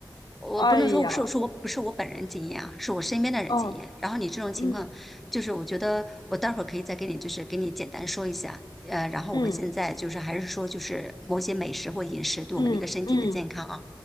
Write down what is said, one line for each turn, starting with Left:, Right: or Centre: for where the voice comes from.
Centre: 我不能说是是我不是我本人经验啊，
Left: 哎呀，
Centre: 是我身边的人经验。
Left: 嗯
Centre: 然后你这种情况，
Left: 嗯
Centre: 就是我觉得我待会儿可以再给你，就是给你简单说一下。呃，然后我们现在就是还是说，
Left: 嗯
Centre: 就是某些美食或饮食对我们的一个身体的健康啊。
Left: 嗯嗯，